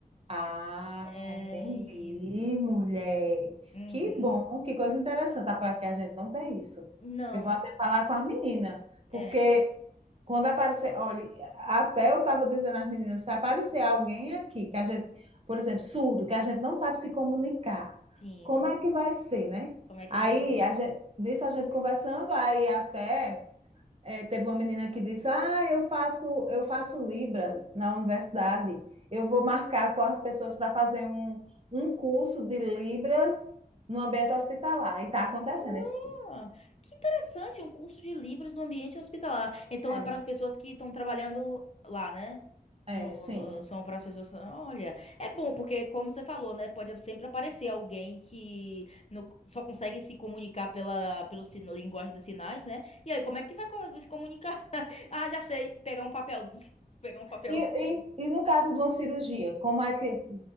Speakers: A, on the right; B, on the left.
A: ah,
B: É
A: entendi,
B: isso.
A: mulher.
B: Uhum.
A: Que bom, que coisa interessante. Ah, Porque a gente não tem isso.
B: Não,
A: Eu vou até falar com as meninas, porque
B: é,
A: quando aparecer, olha, até eu estava dizendo às meninas, se aparecer alguém aqui que a gente, por exemplo, surdo, que a gente não sabe se comunicar,
B: sim.
A: como é que vai ser, né?
B: Como é que
A: Aí
B: vai ser?
A: a gente, nisso a gente conversando, aí até É, teve uma menina que disse: Ah, eu faço, eu faço Libras na universidade. Eu vou marcar com as pessoas para fazer um, um curso de Libras no ambiente hospitalar. E está acontecendo
B: Olha,
A: esse curso.
B: que interessante, um curso de Libras no ambiente hospitalar. Então
A: É.
B: é para as pessoas que estão trabalhando lá, né?
A: É,
B: No,
A: sim.
B: no- são para as pessoas. Olha, é bom porque, como você falou, né? Pode sempre aparecer alguém que não- só consegue se comunicar pela pelo sino, linguagem dos sinais, né? E aí, como é que vai co- se comunicar? <laughs> Ah, já sei. Pegar um papelzinho. <laughs> Pegar um papelzinho.
A: E, e, e no caso de uma cirurgia, como é que,